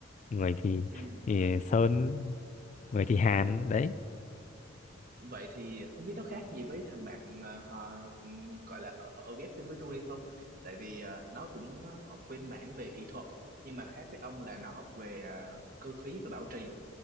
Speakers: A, on the left; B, on the right.
A: người thì,
B: ừ
A: thì Sơn người thì Hàn
B: Ê,
A: đấy
B: Vậy thì không biết nó khác gì với thằng bạn ờ, họ ừm, gọi là ở, ở ghép chung với tôi hay không? Tại vì ờ, nó cũng học bên mảng về kỹ thuật nhưng mà khác với ông là nó học về ờ, cơ khí và bảo trì